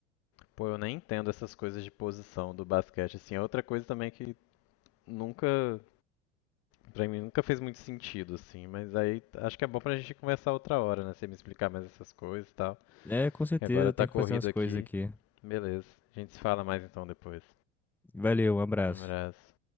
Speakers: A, on the left; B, in the centre.
A: Pô, eu nem entendo essas coisas de posição do basquete, assim. É outra coisa também que nunca, pra mim, nunca fez muito sentido, assim. Mas aí acho que é bom pra gente conversar outra hora, né? Você me explicar mais essas coisas e tal.
B: É, com certeza,
A: E agora tá
B: tem
A: corrido
B: que fazer umas coisas
A: aqui.
B: aqui.
A: Beleza. A gente se fala mais então depois.
B: Valeu, um abraço.
A: Um abraço.